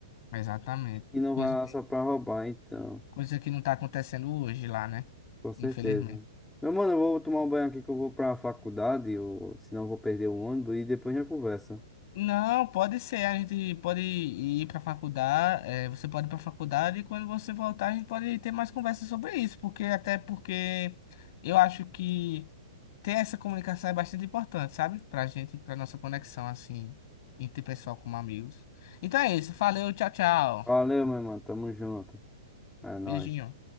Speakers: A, on the left; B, in the centre.
A: Exatamente.
B: e não
A: Coisa,
B: vá
A: que-
B: lá só pra roubar, então.
A: coisa que não tá acontecendo hoje lá, né?
B: Com certeza.
A: Infelizmente.
B: Meu mano, eu vou tomar um banho aqui que eu vou pra faculdade, ou, senão eu vou perder o ônibus e depois a gente conversa.
A: Não, pode ser. A gente pode ir para faculdade. eh, você pode ir para faculdade e quando você voltar a gente pode ter mais conversa sobre isso, porque até porque eu acho que ter essa comunicação é bastante importante, sabe? Pra gente, pra nossa conexão assim, interpessoal como amigos. Então é isso. Valeu, tchau, tchau.
B: Valeu, meu mano. Tamo junto. É nóis.
A: Beijinho.